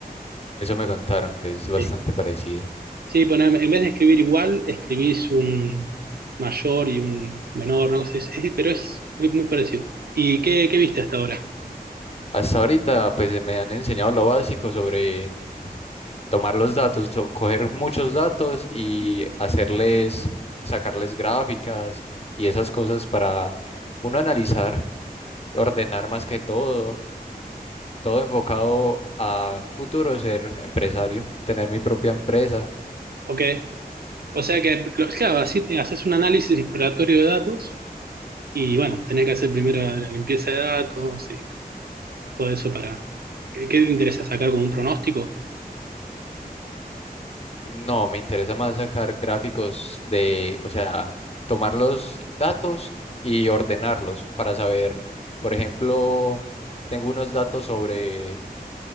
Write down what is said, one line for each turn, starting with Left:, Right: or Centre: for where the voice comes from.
Left: Eso me contaron, que es bastante
Right: Sí,
Left: parecido.
Right: sí pero en, en vez de escribir igual, escribís un mayor y un menor, una cosa es- pero es muy, muy parecido. ¿Y qué, qué viste hasta ahora?
Left: Hasta ahorita, pues me han enseñado lo básico sobre tomar los datos, so- coger muchos datos y hacerles, sacarles gráficas y esas cosas para uno analizar, ordenar más que todo, todo enfocado a un futuro ser empresario, tener mi propia empresa
Right: Ok. O sea que, lo- claro, así te- haces un análisis exploratorio de datos y bueno, tenés que hacer primero la limpieza de datos, todo eso para... ¿Qué qué te interesa? ¿Sacar como un pronóstico?
Left: No, me interesa más sacar gráficos de, o sea, tomar los datos y ordenarlos para saber, por ejemplo, tengo unos datos sobre